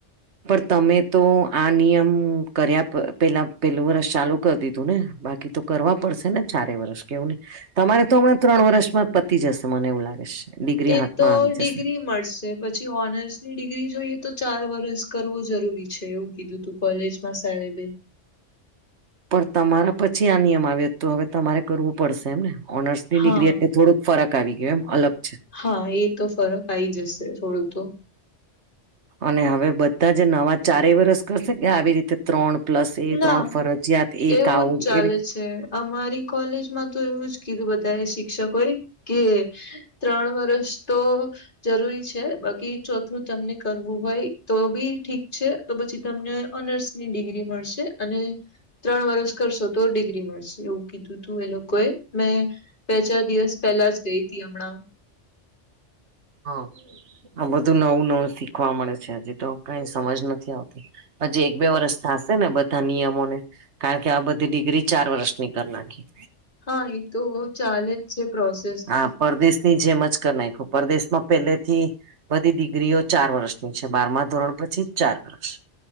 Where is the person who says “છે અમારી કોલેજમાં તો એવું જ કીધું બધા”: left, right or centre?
Left